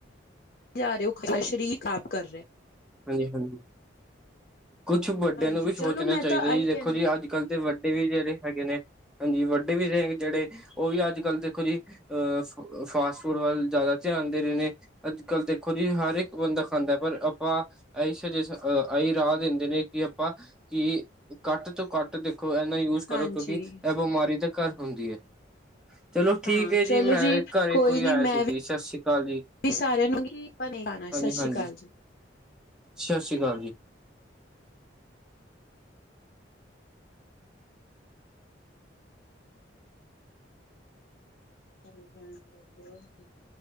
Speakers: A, on the left; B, in the centre.
A: ਜਾ ਰਹੇ ਹੋ ਆਪਣਾ ਸ਼ਰੀਰ ਖਰਾਬ ਕਰ ਰਿਹਾ।
B: ਹਾਂਜੀ, ਹਾਂਜੀ ਕੁਛ ਵੱਡਿਆਂ
A: ਹਾਂਜੀ
B: ਨੂੰ ਵੀ ਸੋਚਣਾ
A: ਚਲੋ ਮੈਂ
B: ਚਾਹੀਦਾ
A: ਤਾਂ
B: ਜੀ,
A: ਆਈ
B: ਦੇਖੋ
A: ਕਹਿੰਦੀ
B: ਜੀ ਅੱਜ ਅੱਜ ਕੱਲ੍ਹ ਦੇ ਵੱਡੇ ਵੀ ਜਿਹੜੇ ਹੈਗੇ ਨੇ ਹਾਂਜੀ ਵੱਡੇ ਵੀ ਜਿਹੜੇ ਉਹ ਵੀ ਅੱਜ ਕੱਲ ਦੇਖੋ ਜੀ ਅਹ ਫਾਸਟ ਫੂਡ ਵੱਲ ਜ਼ਿਆਦਾ ਧਿਆਨ ਦੇ ਰਹੇ ਨੇ। ਅੱਜ ਕੱਲ੍ਹ ਦੇਖੋ ਜੀ ਹਰ ਇੱਕ ਬੰਦਾ ਖਾਂਦਾ ਹੈ ਪਰ ਆਪਾਂ ਇ ਸੁਜੇਸ ਇਹੀ ਰਾਹ ਦਿੰਦੇ ਨੇ ਕਿ ਆਪਾਂ ਕੀ ਘੱਟ ਤੋਂ ਘੱਟ ਦੇਖੋ ਇਹ ਨਾ ਯੂਜ ਕਰੋ
A: ਹਾਂਜੀ
B: ਕਿਉਂਕਿ ਇਹ ਬਿਮਾਰੀ ਤਾਂ ਘਰ ਹੁੰਦੀ ਹੈ। ਚਲੋ ਠੀਕ
A: ਹਾਂ
B: ਹੈ
A: ਚਲੋ
B: ਜੀ ਮੈਂ ਘਰ ਇੱਕੋ
A: ਕੋਈ
B: ਹੀ
A: ਨੀ
B: ਆਇਆ
A: ਮੈਂ
B: ਸੀ ਜੀ ਸਤਿ ਸ੍ਰੀ ਅਕਾਲ ਜੀ।
A: ਵੀ ਸਾਰਿਆਂ ਨੂੰ ਹੀ ਬਣੇ ਖਾਣਾ ਸਤਿ
B: ਹਾਂਜੀ-ਹਾਂਜੀ।
A: ਸ੍ਰੀ ਅਕਾਲ ਜੀ।
B: ਸਤਿ ਸ਼੍ਰੀ ਅਕਾਲ ਜੀ।
A: <unintelligible>